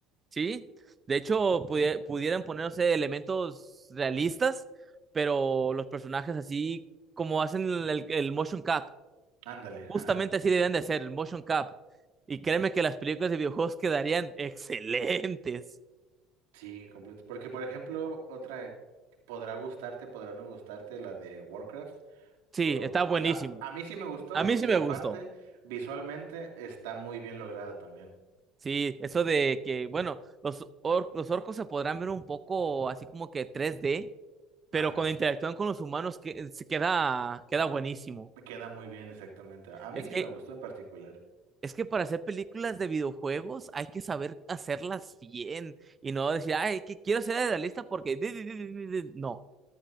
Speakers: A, on the right; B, on the right.
A: ¿sí? De hecho, pudie- pudieran ponerse elementos realistas, pero los personajes así como hacen el, el motion cap.
B: Ándale,
A: Justamente
B: ajá.
A: así deben de ser, el motion cap. Y créeme que las películas de videojuegos quedarían <laughs> excelentes.
B: Sí, completo. Porque, por ejemplo, otra podrá gustarte, podrá no gustarte, la de Warcraft,
A: Sí,
B: pero
A: está buenísimo.
B: ya a mí sí me gustó
A: A mí sí
B: y
A: me
B: aparte,
A: gustó.
B: visualmente está muy bien lograda también.
A: Sí, eso de que, bueno, los, or- los orcos se podrán ver un poco así como que tres d pero
B: Ajá,
A: cuando interactúan con los humanos que, se queda, queda buenísimo.
B: queda muy bien exactamente. A mí
A: Es
B: sí
A: que,
B: me gustó en particular.
A: es que para hacer películas de videojuegos hay que saber hacerlas bien y no decir, ay, que quiero ser realista porque... di, di, di, di, di". di". No,